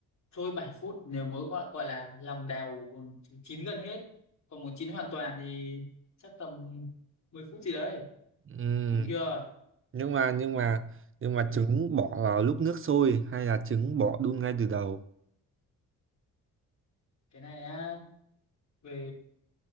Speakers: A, on the left; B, on the right.
A: sôi 7 phút. Nếu muốn gọi, gọi là lòng đào còn chín gần hết. Còn muốn chín hoàn toàn thì chắc tầm 10 phút gì đấy.
B: Ừm,
A: Đúng chưa?
B: nhưng mà nhưng mà nhưng mà
A: Bí-
B: trứng bỏ vào lúc nước sôi hay là trứng bỏ đun ngay từ đầu?
A: Cái này á, về